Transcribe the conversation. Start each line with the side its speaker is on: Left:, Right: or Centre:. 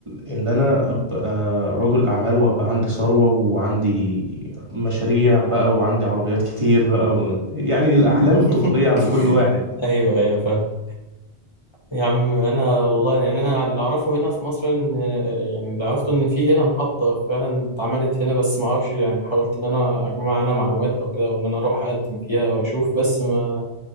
Right: ان انا ابقى رجل اعمال وابقى عندي ثروة وعندي مشاريع بقى وعندي عربيات كتير بقى و... يعني الاحلام
Left: <laughs>
Right: الطفولية عند كل واحد
Left: ايوه ايوه فاهم يا عم انا والله يعني انا اللي اعرفه هنا في مصر ان يعني اللي عرفته ان في هنا محطه فعلا اتعملت هنا بس ما اعرفش يعني حاولت ان انا اجمع انا معلومات او كده او ان انا اروح اقدم فيها او اشوف بس ما